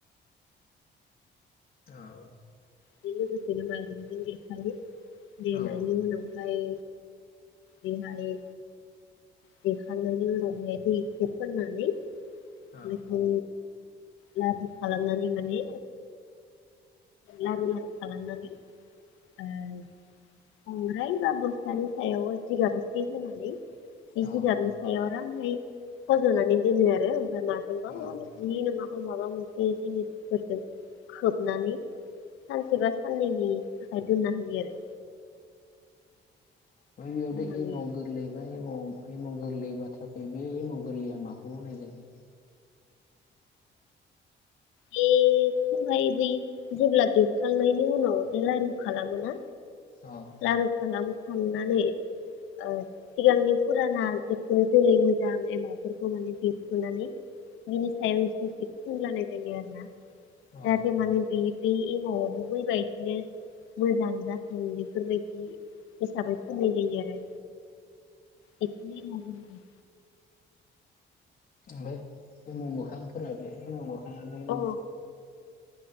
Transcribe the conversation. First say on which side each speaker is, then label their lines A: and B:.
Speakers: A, on the left; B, on the left.
A: औ
B: बे लोगोसेनो माइरंजों देखायो देनायनि
A: औ
B: उनावहाय। देनाय देखांनायनि उनाव बेहाय दैखौ फोननानै,
A: औ
B: बेखौ लासै खालामनानै माने। लारु लारु खालामनानै ओ। बांग्राय बा बस्थानि सायाव जिगाब एसे होनानै बे
A: औ
B: जिगाबनि, हायाव आरामहै फज'नानै दोनो आरो ओमफ्राय माजोंबा माने
A: औ
B: बि नङाबा माबा मोनसे जिनिसफोरजों खोब होनानै सानसे बा साननैनि थाखाय दोननो होयो आरो
A: औ ओयावथ'
B: दोननानै
A: एमाव गोरलै बे एमाव गोरलै बाथ्रा बे एमाव गोरलैया माखौ होननायजायो।
B: बेखौहाय बै जेब्ला दैखांनायनि उनाव बे लारु खालामोना।
A: औ
B: लारु खालामखांनानै ओ सिगांनि फुराना <unintelligible> जेरै मोजां एमावफोरखौ माने देप्रुनानै, बिनि सायाव एसे एसे फुनलानाय जायो आरो ना
A: औ
B: जाहाथे माने बे बे एमावआवबो बैबायदिनो मोजां जाखो बेफोरबायदि, हिसाबै फोननाय जायो आरो बेखौनो एमाव होनो।
A: ओमफ्राय एमाव मोखांफोरा बे एमाव मोखाङाबो।
B: अ